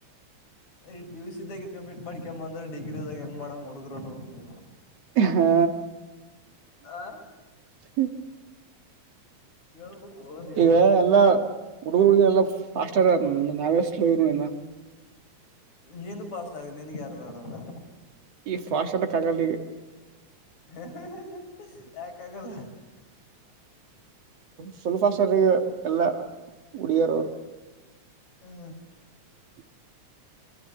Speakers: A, on the left; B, on the right.
A: ಈ ಪಿಯುಸಿ ಇದಾಗಲೇ ಕಮೀಟ್ ಮಾಡ್ಕೊ ಬಂದ್ರೆ ಡಿಗ್ರಿಿದಾಗ ಹೆಂಗ್ ಮಾಡ ಹುಡುಗರು ಅನ್ಬಬೇಕ್ ನೀವು
B: ಹಾ ಹಾ
A: ಆ
B: ಹ್ಮ್
A: ಕೇಳ್ಬೇಕು ನೀವು
B: ಈಗ ಎಲ್ಲಾ ಹುಡುಗರು ಹುಡುಗ ಎಲ್ಲಾ ಫಾಸ್ಟ್ ನಾವೇ ಸ್ಲೋ ಏನ
A: ನೀನು ಪಾಸ್ಟ್ ಆಗು ನಿನ್ಗೆ ಯಾರು ಬೇಡ ಅಂದಾರ
B: ಈ ಫಾಸ್ಟ್ ಅದಕ್ಕ ಆಗಲ್ಲ ಇಗ
A: ಹೇ ಹೇ ಯಾಕ್ ಅಗಲ
B: ಫುಲ್ ಫಾಸಟ್ ರ್ರಿ ಇಗ ಎಲ್ಲಾ ಹುಡಿಗಿಯರ ಅವರು
A: ಹಾ
B: <unintelligible>